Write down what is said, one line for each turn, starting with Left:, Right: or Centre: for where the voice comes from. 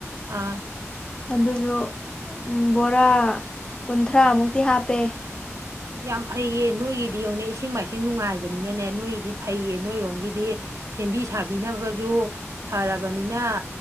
Right: ꯑꯥ꯫
Left: ꯑꯗꯨꯖꯨ ꯑ ꯕꯣꯔꯥ ꯀꯨꯟꯊ꯭ꯔꯥꯃꯨꯛꯇꯤ ꯍꯥꯞꯄꯦ꯫
Right: ꯌꯥꯝ ꯐꯩꯌꯦ ꯅꯣꯏꯒꯤꯗꯤ ꯌꯧꯅꯦ ꯏꯁꯤꯡ ꯃꯥꯏꯁꯤꯡ ꯅꯨꯡꯉꯥꯏꯕꯅꯤꯅꯅꯦ ꯅꯣꯏꯒꯤꯗꯤ ꯐꯩꯌꯦ ꯅꯣꯏꯔꯣꯝꯒꯤꯗꯤ__ ꯁꯦꯝꯕꯤ ꯁꯥꯕꯤꯅꯕꯁꯨ ꯐꯔꯕꯅꯤꯅꯥ__